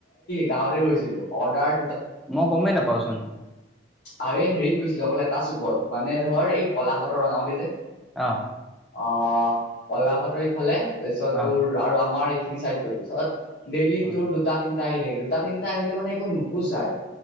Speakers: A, on the left (about 60°); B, in the centre.
A: গাঁৱতে কৰিছিলোঁ।। অৰ্ডাৰ
B: মই গমেই নাপাওঁ চোট।
A: আৰু এই হেৰিত কৈছিলো অকলে এটা চুকত মানে ধৰ এই পলাঘতৰ ৰঙামতি যে।
B: অ '
A: অ'পলাহতৰ ইফালে। তাৰপিছত
B: অ
A: তোৰ আৰু আমাৰ খিনি চাইদ কৰিছত ডেলিটো
B: উম
A: দুটা দিন। আহি থাকে দুটা তিনিটা আহিলে মানে। নুপোচায়।